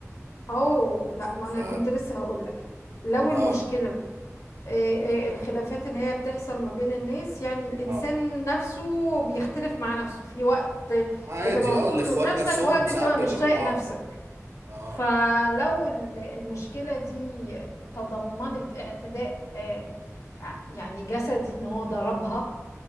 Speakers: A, on the left; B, on the right.
A: او لا ما
B: ف
A: انا كنت لسه هقولك لو
B: اه
A: المشكلة آه، آه، الخلافات اللي هي بتحصل ما بين الناس يعني الإنسان
B: اه
A: نفسه بيختلف مع نفسه في وقت
B: عادي
A: بتبقى مبسوط
B: اه الاخوات
A: من نفسك
B: نفسهم
A: وقت
B: ساعات
A: بتبقى
B: بيضربوا
A: مش طايق
B: بعض
A: نفسك
B: اه
A: فلو ال- المشكلة دي تضمنت اعتداء آه، يعني جسدي ان هو ضربها